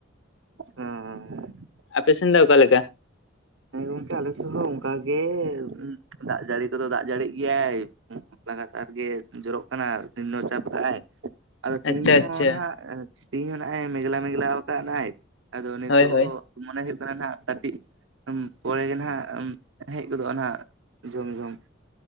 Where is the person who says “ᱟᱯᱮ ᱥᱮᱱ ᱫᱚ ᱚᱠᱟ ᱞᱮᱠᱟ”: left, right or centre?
Left